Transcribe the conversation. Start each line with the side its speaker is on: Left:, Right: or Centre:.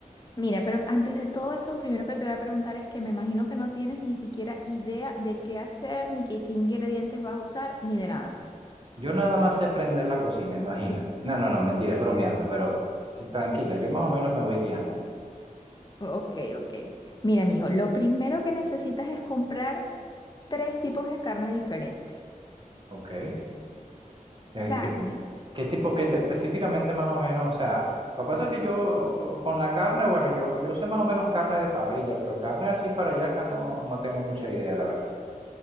Left: Mira, pero antes de todo esto, lo primero que te voy a preguntar es que me imagino que no tienes ni siquiera idea de qué hacer, ni qué, qué ingredientes vas a usar, ni de nada.
Right: Yo nada más sé prender la cocina, imagínate. No, no, no, mentira, es bromeando, pero sí, tranquila, yo más o menos me voy guiando.
Left: Ok, ok. Mira, amigo, lo primero que necesitas es comprar tres tipos de carne diferentes.
Right: Ok. Eh,
Left: Carne,
Right: ¿Qué tipo, qué te- específicamente más o menos? O sea, lo que pasa es que yo con la carne, bueno, yo, yo sé más o menos carne de parrilla, pero carne así para acá no, no tengo mucha idea, la verdad.